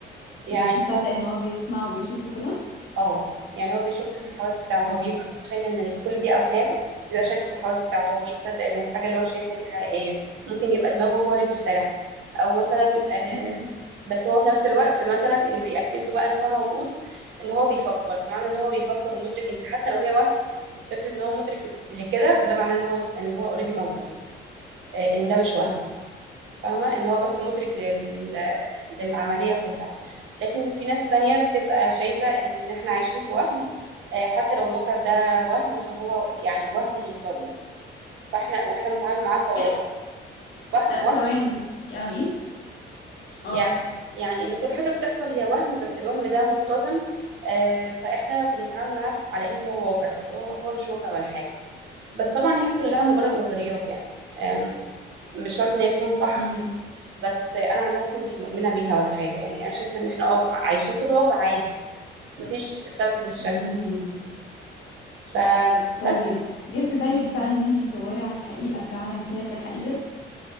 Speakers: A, on the right; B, on the left.
A: يعني
B: مش مصدق إن هو بيسمع وبيشوفه كده
A: اه يعني هو بيشك في الحواس بتاعته
B: اه
A: بيبقى متخيل ان كل دي اوهام بيبقى شاك في الحواس بتاعته هو مش مصدق ان الحاجه اللي هو شايفها دي حقيقيه ممكن يبقى دماغه هو اللي بيخترعها او مثلا آه
B: امم
A: بس هو في نفس الوقت مثلا اللي بيأكد له بقى ان هو موجود ان هو بيفكر فمعنى ان هو بيفكر ومدرك ان حتى لو هي وهم فكره ان هو مدرك لكده فده معناه ان هو ان هو اوريدي موجود آه ان ده مش وهم
B: آه.
A: فاهمة ان هو بس مدرك لل... للعملية كلها لكن في ناس تانية بتبقى شايفة ان احنا عايشين في وهم آه، حتى لو الواقع ده وهم فهو يعني وهم منتظم فاحنا واحنا بنتعامل معاه كواقع
B: إيه
A: وهم
B: لا
A: وهم
B: ثواني يعني إيه آه
A: يعني يعني ان كل حاجة بتحصل هي وهم بس الوهم ده منتظم آه، فاحنا بنتعامل معاك على انه هو واقع بس هو هو مش واقع ولا حاجة بس طبعا هي كلها مجرد نظريات يعني آه، مش شرط ان هي تكون صح
B: امم
A: بس انا عن نفسي مش مؤمنه بيها ولا حاجه يعني انا شايفه ان احنا اه عايشين في الواقع عادي مفيش سبب للشك
B: امم
A: فبس
B: طيب جه في بالك بقى إن أنتي تدوري على الحقيقة فعلا كده كحقيقة